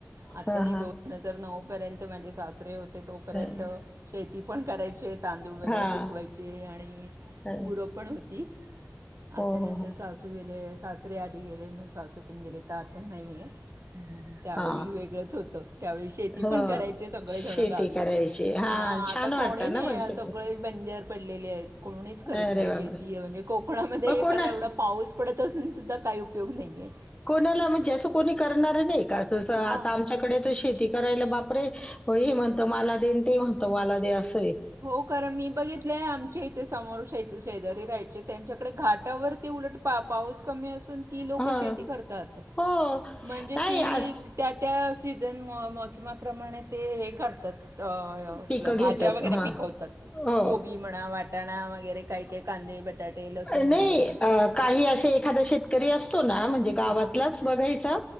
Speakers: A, on the right; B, on the left.
A: आता
B: हां,
A: नाही
B: हां.
A: दोन हजार नऊ पर्यंत माझे शास्रे हो ते तोपर्यंत
B: हं.
A: शेती पण करायचे तांदूळ वगैरे
B: हां.
A: पिकवायचे आणि
B: हं.
A: गुरं पण होती
B: हो,
A: आतानंतर
B: हो, हो.
A: सासू व सासर आध गेले मग स ण गेले तर आता नाहीय त्यावेळी
B: हां.
A: वेगळंच होत त्यावेळी शेती
B: हो.
A: पण करायची सगळे
B: शेती
A: जण गावी
B: करायची.
A: हां
B: छान
A: आता
B: वाटतं
A: कोणी नाही
B: ना पण शेती.
A: सगळे बंजर पडलेले आहेत कोणीच करत
B: अरे
A: नाही
B: वाह!
A: शेती
B: वाह!
A: म्हणजे कोकणामध्ये
B: मग
A: हे
B: कोणा
A: खरां एवढा पाऊस पडत असूनसुद्धा काही उपयोग नाही आहे.
B: कोणाला म्हणजे असं कोणी करणा र नई का जसं
A: हां
B: आता आमच्याकडे तर शेती करायला बापरे हे म्हणत मला देन ते म्हणत मला दे अस
A: हो कारण मी बघितलेय आमच्या इथे समोर शेच शेजारी राहायचे. त्यांच्या कडे घाटावरती उलट पा पाऊस कमी असून ती लोक
B: हां.
A: शेती करतात
B: हो.
A: म्हणजे
B: नाही
A: ती
B: अस
A: त्या त्या सीजन मोसमा प्रमाणे ते हे करतात. अ आपलं
B: पिकं घेतात.
A: भाज्या वगैरे
B: हां.
A: पिकवतात
B: हो.
A: कोबी म्हणा वाटाणा वगैरे काही काही कांदे बटाटे लसूण
B: नाही
A: वगैरे
B: अ, काही असे एखादा शेतकरी असतो म्हणजे गावातच
A: हां
B: बघायचा